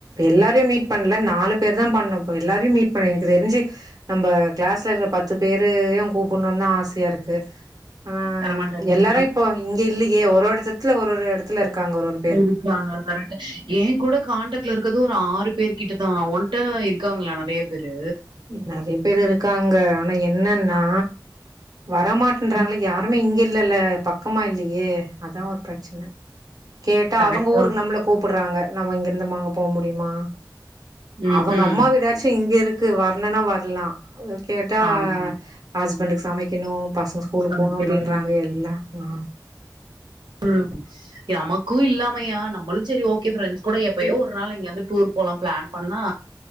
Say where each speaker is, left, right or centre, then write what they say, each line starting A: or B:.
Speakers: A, on the right (about 55°); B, on the right (about 85°).
A: எல்லாரையும் மீட் பண்ணல த்து எல்லாரையு மீட் பண்ல நாலு பேர் தா பண்ணோ இப்ப எல்லாரையு மீட் பண்ணு எனக்கு தெரிஞ்சு நம்ப கிளாஸ்ல இருக்கற பத்து பேரையு கூப்புணுன்னுதா ஆசையாருக்கு ஆ
B: வரமாட்டாங்களே
A: எல்லாரும் இப்போ இங்கே இல்லையே ஒரு ஒரு எடத்துல ஒரு ஒரு எடத்துல இருக்காங்க ஒருவொர்
B: இருக்காங்க கரெக்ட் ஏ கூட கான்டெக்ட்ல இருக்கது ஒரு ஆறு பேர் கிட்டதா ஓன்ட்ட இருக்காங்களா நறைய பேரு
A: நறைய பேரு இருக்காங்க ஆனா என்னன்னா வரமாட்டேன்றாங்களே
B: ம்
A: யாருமே இங்கே இல்லல்ல பக்கமா இல்லையே அதா ஒரு பிரச்சன கேட்டா
B: கரெக்டா
A: அவங்க ஊருக்கு நம்மள கூப்புடுறாங்க நம்ம இங்கிருந்து நம்ம அங்க போக முடியுமா
B: ம்
A: அவுங்க
B: ம்
A: அம்மா வீடாச்சு இங்கருக்கு வர்ணுனா வர்லா கேட்டா
B: ஆமா
A: ஹஸ்பண்டுக்கு சமைக்கணு பசங்க ஸ்கூலுக்கு
B: சமைக்கணு
A: போணு அப்படின்றாங்க எல்லா ஆ
B: ம் நமக்கும் இல்லாமையா நம்மளும் சரி ஓகே ஃப்ரெண்ட்ஸ் கூட எப்பயோ
A: இ
B: ஒரு நாள் எங்கேயாவது டூர் போலான் பிளான் பண்ணா